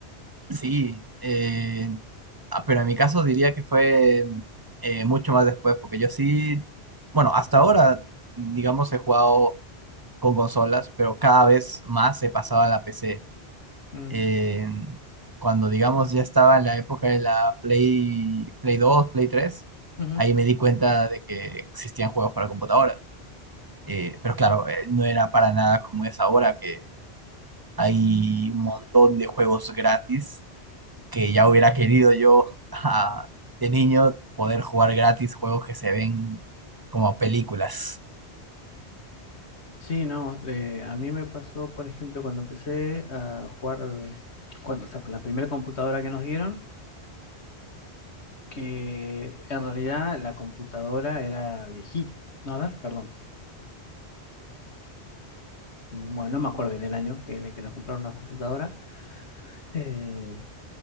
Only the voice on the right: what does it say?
Sí, eh, ah, pero en mi caso diría que fue eh, mucho más después, porque yo sí, bueno, hasta ahora, digamos, he jugado con consolas, pero cada vez más he pasado a la PC.
Eh, cuando, digamos, ya estaba en la época de la Play, Play 2, Play 3,
ahí me di cuenta de que existían juegos para computadora. Eh, pero claro, eh, no era para nada como es ahora, que hay un montón de juegos gratis que ya hubiera querido yo ah, de niño poder jugar gratis juegos que se ven como películas.